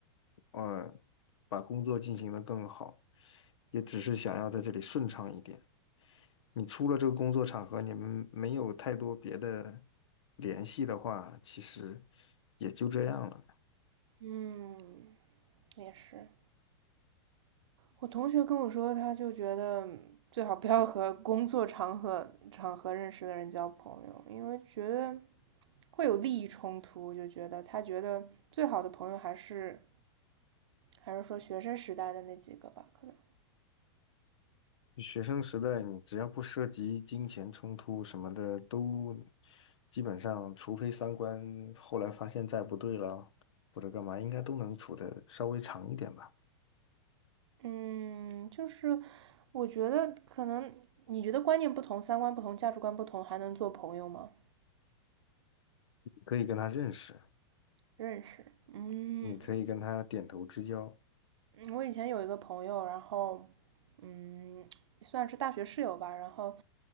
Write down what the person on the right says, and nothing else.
嗯，也是。我同学跟我说，他就觉得最好不要和工作场合场合认识的人交朋友，因为觉得会有利益冲突，就觉得他觉得最好的朋友还是还是说学生时代的那几个吧，可能。
嗯，就是我觉得可能你觉得观念不同、三观不同、价值观不同，还能做朋友吗？
认识，嗯，
嗯，我以前有一个朋友，然后，嗯，算是大学室友吧。然后